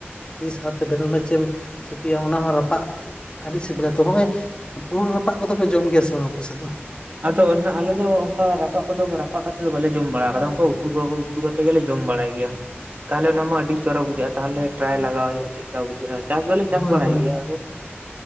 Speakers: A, on the left; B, on the right.
A: ᱡᱩᱫᱤ ᱥᱟᱶᱛᱮ ᱵᱮᱨᱮᱞ ᱢᱟᱨᱤᱪ ᱮᱢ ᱥᱤᱯᱤᱭᱟ ᱚᱱᱟ ᱦᱚᱸ ᱨᱟᱯᱼᱼ ᱨᱟᱯᱟᱜ ᱟᱹᱰᱤ ᱥᱤᱵᱤᱞᱟ ᱛᱚ ᱱᱚᱜᱼᱚᱭ ᱯᱩᱨᱩᱞ ᱨᱟᱯᱟᱜ ᱠᱚᱫᱚ ᱯᱮ ᱡᱚᱢ ᱜᱮᱭᱟ ᱥᱮ ᱵᱟᱝ ᱟᱯᱮ ᱥᱮᱫ ᱫᱚ?
B: ᱟᱫᱚ ᱟᱞᱮ ᱫᱚ ᱚᱱᱠᱟ ᱨᱟᱯᱟᱜ ᱠᱚᱫᱚ ᱨᱟᱯᱟᱜ ᱠᱟᱛᱮᱫ ᱫᱚ ᱵᱟᱞᱮ ᱡᱚᱢ ᱵᱟᱲᱟ ᱟᱠᱟᱫᱟ ᱚᱱᱠᱟ ᱩᱛᱩ ᱠᱚᱼᱼ ᱩᱛᱩ ᱠᱟᱛᱮᱫ ᱜᱮᱞᱮ ᱡᱚᱢ ᱵᱟᱲᱟᱭ ᱜᱮᱭᱟ ᱛᱟᱦᱚᱞᱮ ᱚᱱᱟ ᱢᱟ ᱟᱹᱰᱤ ᱪᱚᱨᱚᱠ ᱵᱩᱡᱷᱟᱹᱜᱼᱟ ᱛᱟᱦᱚᱞᱮ ᱴᱨᱟᱭ ᱞᱟᱜᱟᱣ ᱦᱩᱭᱩᱜᱼᱟ ᱪᱮᱫᱼᱼ ᱵᱩᱡᱷᱟᱹᱜᱼᱟ ᱪᱟᱥ ᱫᱚ ᱞᱤᱧ ᱪᱟᱥ
A: ᱦᱳᱭ
B: ᱵᱟᱲᱟᱭ
A: ᱦᱳᱭ
B: ᱜᱮᱭᱟ ᱟᱫᱚᱼᱼ